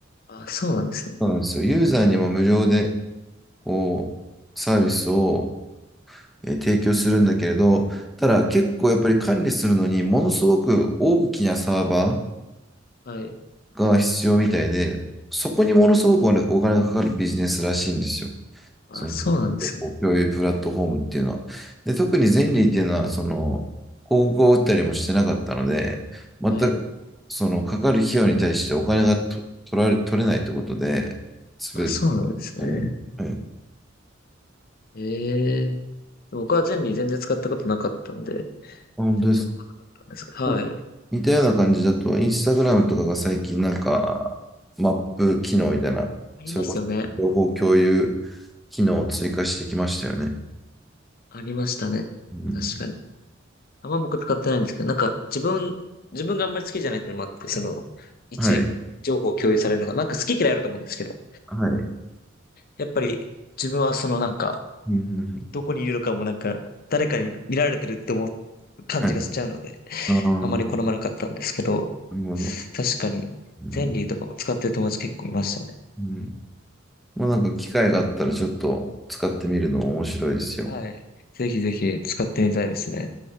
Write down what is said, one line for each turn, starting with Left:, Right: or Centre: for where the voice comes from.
Left: あ、そうなんですね。
Centre: そうなんですよ。ユーザーにも無料で、こう、サービスをえー提供するんだけれど、ただ結構やっぱり管理するのに、ものすごく大きなサーバ
Left: はい。
Centre: ーが必要みたいで、そこにものすごくお金お金がかかるビジネスらしいんですよ。
Left: あ、
Centre: その
Left: そうなんですね。
Centre: 共有プラットフォームっていうのは。で、特にゼンリーっていうのは、その、広告を打ったりもしてなかったので、全く、
Left: はい。
Centre: その、かかる費用に対してお金がと取られ、取れないってことで、すべて
Left: あ、そうなんですね。
Centre: に、はい。あ
Left: ええ僕は全理全然使ったことなかったんで、
Centre: 本当です。
Left: 全然わかんなかったんですけど。はい。
Centre: うん似たような感じだと、インスタグラムとかが最近なんか、マップ機能みたいな、
Left: ありますよね。
Centre: それこそ情報共有機能を追加してきましたよね。
Left: ありましたね。
Centre: うん、
Left: 確かに。あんま僕使ってないんですけど、なんか自分、自分があんまり好きじゃないっていうのもあって、その、位置情報を共有されるのが、
Centre: はい。
Left: なんか好き嫌いあると思うんですけど、
Centre: はい。
Left: やっぱり自分はそのなんか、
Centre: うん、
Left: どこにいるのかもなんか、誰かに見られてるって思う感じがしちゃうので、
Centre: はい。ああ、な
Left: あまり好まなかったんですけど、
Centre: るほど。
Left: 確かに、
Centre: うん。
Left: ゼンリーとかも使ってる友達結構いましたね。
Centre: うんまあなんか機会があったらちょっと使ってみるのも面白いですよ。
Left: はい。ぜひぜひ使ってみたいですね。